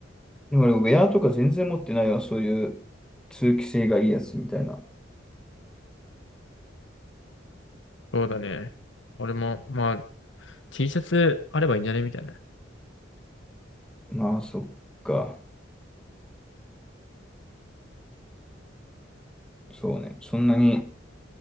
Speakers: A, in the centre; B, on the left.
A: でも俺、ウェアとか全然持ってないわ、そういう通気性がいいやつみたいな。
B: そうだね。俺も、まあ、T シャツあればいいんじゃねみたいな。
A: まあ、そっか。そうね。そんなに